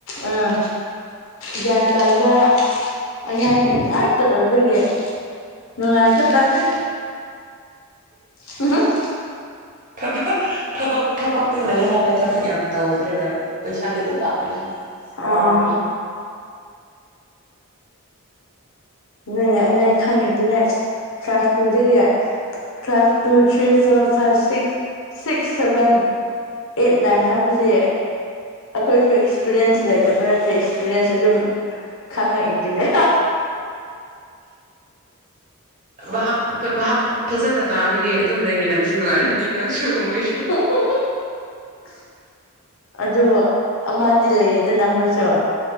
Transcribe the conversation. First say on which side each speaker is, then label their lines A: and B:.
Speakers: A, on the left; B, on the right.
A: ꯑꯥ ꯒ꯭ꯌꯥꯟ ꯇꯥꯕ ꯑꯉꯥꯡꯁꯤꯡ ꯉꯥꯛꯇ ꯑꯣꯏꯕꯒꯤ ꯅꯨꯡꯉꯥꯏꯈ꯭ꯔꯖꯥꯠꯅꯦ <unintelligible>
B: ꯊꯕꯛ ꯊꯕꯛ ꯊꯕꯛꯇꯤ ꯂꯩꯌꯦ ꯍꯥꯏꯔꯒ ꯊꯕꯛ ꯌꯥꯝ ꯇꯧꯗ꯭ꯔꯦꯒ ꯄꯩꯁꯥꯗꯤ ꯑꯗꯨꯝ ꯂꯥꯛꯄ ꯑꯩꯁꯦ
A: ꯑꯥ
B: ꯄꯥꯝꯃꯦꯁꯤ
A: ꯅꯣꯏ ꯑꯩ ꯅꯩ ꯈꯪꯉꯤꯗꯨꯅꯦ ꯑꯁ ꯀ꯭ꯂꯥꯁ ꯇꯨꯗꯒꯤ class two three four five six six seven eight nine ꯍꯥꯏꯕꯁꯦ ꯑꯩꯈꯣꯏꯁꯨ ꯑꯦꯛꯁꯄꯤꯔꯤꯌꯦꯟꯁ ꯂꯩꯇꯕ ꯅꯠꯇꯦ ꯑꯦꯛꯁꯄꯤꯔꯤꯌꯦꯟꯁ ꯑꯗꯨꯝ ꯈꯪꯉꯛꯏꯗꯨꯅꯦ
B: ꯚꯥꯞ ꯑꯇ ꯚꯥꯞ ꯐꯖꯅ ꯇꯥꯕꯒꯤ ꯑꯗꯨꯝ ꯂꯩꯃꯤꯟꯅꯕꯁꯨ ꯅꯨꯡꯉꯥꯏꯔꯝꯅꯤ ꯅꯪꯁꯨ ꯃꯣꯏꯁꯨ
A: <unintelligible> ꯑꯗꯨꯕꯨ ꯑꯃꯗꯤ ꯂꯩꯌꯦꯗꯅ ꯃꯣꯏꯁꯨ